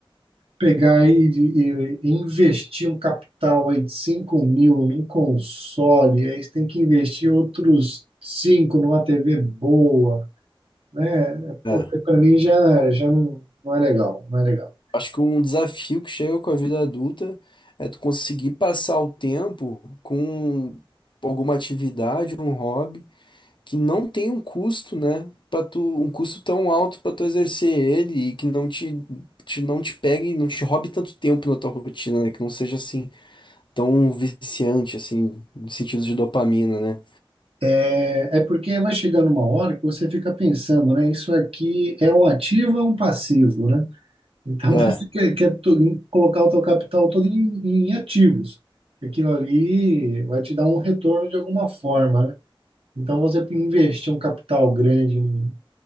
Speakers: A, on the right; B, on the left.
A: pegar e, e- e investir um capital aí de cinco mil em console, aí você tem que investir outros 5 numa TV boa, né?
B: É.
A: Para mim já, já não, não é legal, não é legal.
B: Acho que um desafio que chega com a vida adulta é tu conseguir passar o tempo com alguma atividade, um hobby que não tem um custo, né? Para tu um custo tão alto para tu exercer ele e que não te, te não te pegue, não te roube tanto tempo na tua rotina, né? Que não seja assim tão viciante assim, no sentido de dopamina, né?
A: É é porque vai chegando uma hora que você fica pensando, né? Isso aqui é um ativo ou é um passivo, né? Então
B: É,
A: <laughs> você quer, quer to- em- colocar o teu capital todo em, em ativos. Aquilo ali vai te dar um retorno de alguma forma, né? Então você investir um capital grande em-